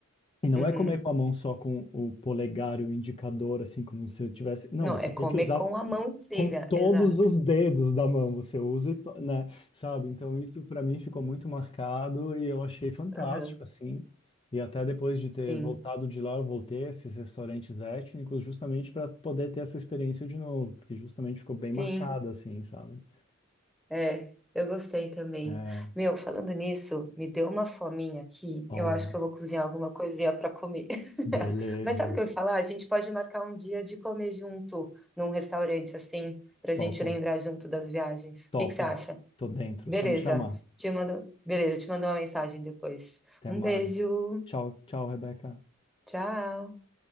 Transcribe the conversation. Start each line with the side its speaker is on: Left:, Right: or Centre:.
Left: E não
Centre: uhum.
Left: é comer com a mão só com o polegar e o indicador, assim, como se eu tivesse. Não,
Centre: Não,
Left: você
Centre: é comer
Left: tem que usar
Centre: com a mão inteira,
Left: com todos
Centre: exato.
Left: os dedos da mão você usa, e to- né? Sabe? Então isso para mim ficou muito marcado e eu achei fantástico
Centre: Aham,
Left: assim. E até depois de ter
Centre: Sim,
Left: voltado de lá, eu voltei a esses restaurantes étnicos justamente para poder ter essa experiência de novo, porque justamente ficou bem marcado
Centre: sim.
Left: assim, sabe?
Centre: É, eu gostei também.
Left: É,
Centre: Meu, falando nisso, me deu uma fominha aqui.
Left: ó,
Centre: Eu acho que eu vou cozinhar alguma coisinha para comer. <laughs>
Left: beleza.
Centre: Mas sabe o que eu ia falar? A gente pode marcar um dia de comer junto num restaurante assim, pra
Left: Topo,
Centre: gente lembrar junto das viagens. O
Left: topo.
Centre: que que você acha?
Left: Tô dentro,
Centre: Beleza.
Left: só me chamar.
Centre: Te mando, beleza, te mando uma mensagem depois.
Left: Até
Centre: Um
Left: mais.
Centre: beijo.
Left: Tchau, tchau, Rebeca.
Centre: Tchau.